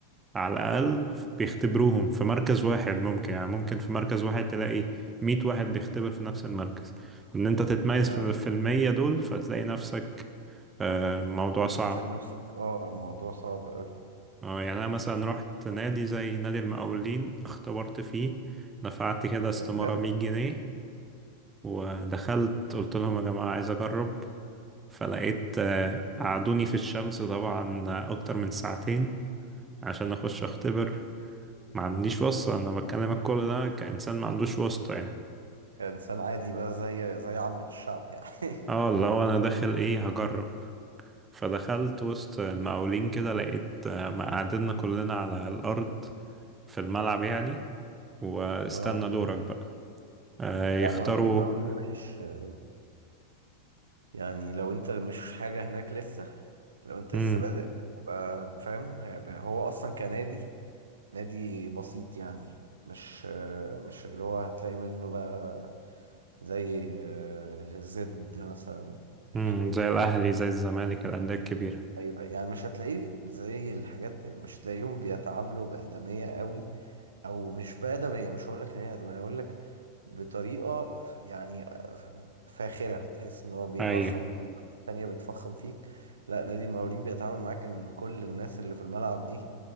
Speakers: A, on the right; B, on the right.
A: على الأقل بيختبروهم في مركز واحد ممكن يعني ممكن في مركز واحد تلاقي مية واحد بيختبر في نفس المركز إن أنت تتميز
B: يا
A: في في المية دول فتلاقي نفسك آه، موضوع
B: فتلاقي
A: صعب
B: نفسك اه الموضوع صعب قوي
A: آه، يعني أنا مثلا رحت نادي زي نادي المقاولين اختبرت فيه دفعت كده استمارة
B: بجد
A: مية جنيه ودخلت قلت لهم يا جماعة عايز أجرب فلقيت آه، قعدوني في الشمس طبعا أكتر من ساعتين عشان أخش
B: اكيد
A: أختبر ما عنديش واسطة انا بكلمك كل ده كإنسان ما عندوش واسطة يعني
B: كإنسان عادي بقى زي زي عامة الشعب يعني
A: اه اللي هو انا داخل ايه هجرب فدخلت وسط المقاولين كده لقيت آه، مقعدنا كلنا على الارض في الملعب يعني واستنى
B: <laughs> اه
A: دورك بقى آه
B: لا
A: يختاروا
B: ما هو نادي المقاولين وحش آه، يعني لو انت مش حاجة هناك لسه لو انت
A: امم
B: لسه بادئ تبقى فاهم هيبقى هو اصلا كنادي نادي بسيط يعني مش آه، مش اللي هو هتلاقي منه بقى زي آه، زد مثلا
A: امم
B: الحاجات
A: زي
B: الت-
A: الاهلي زي الزمالك الانديه الكبيره
B: ايوه يعني مش هتلاقيه زي الحاجات مش هتلاقيهم بيتعاملوا بآدمية قوي او مش بآدمية مش هقول لك ان هي آدمية هقول لك بطريقة يعني فاخرة تحس ان هو بيفخم
A: ايوه
B: الناس التانية بتفخم فيك لا نادي المقاولين بيتعامل معاك ان كل الناس اللي في الملعب دي